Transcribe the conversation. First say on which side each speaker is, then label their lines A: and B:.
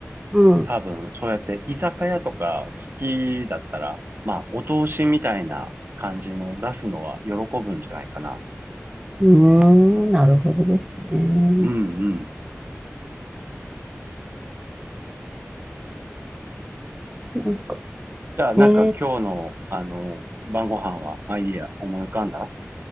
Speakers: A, on the right; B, on the right.
A: うん。
B: 多分、そうやって居酒屋とか好きだったら、まあ、お通しみたいな感じの出すのは喜ぶんじゃないかな。
A: うーん、なるほどですね。
B: うんうん。
A: なんか
B: じゃあ、なんか今日の、
A: ね、
B: あの、晩ご飯は、あ、いいや、思い浮かんだ